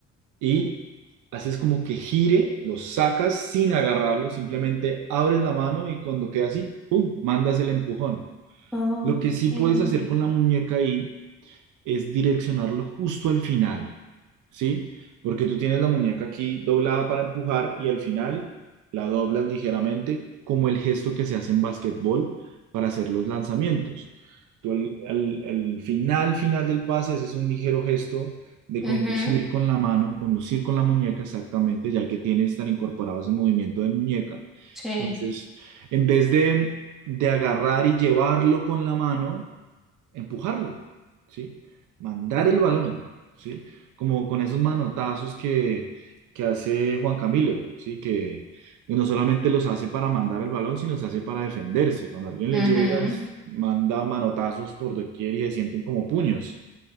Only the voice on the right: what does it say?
y haces como que gire, lo sacas sin agarrarlo, simplemente abres la mano y cuando queda así, ¡pum!, mandas el empujón.
Lo que sí puedes hacer con la muñeca ahí es direccionarlo justo al final, ¿sí? Porque tú tienes la muñeca aquí doblada para empujar y al final la doblas ligeramente como el gesto que se hace en básquetbol para hacer los lanzamientos. Tú al, al- al final, final del pase haces un ligero gesto de
conducir con la mano, conducir con la muñeca exactamente, ya que tienes tan incorporado ese movimiento de muñeca.
Entonces, en vez de, de agarrar y llevarlo con la mano, empujarlo, ¿sí? Mandar el balón, ¿sí? Como con esos manotazos que, que hace Juan Camilo, ¿sí? Que, que no solamente los hace para mandar el balón, sino se hace para defenderse. Cuando alguien
le llega, manda manotazos por doquier y se sienten como puños,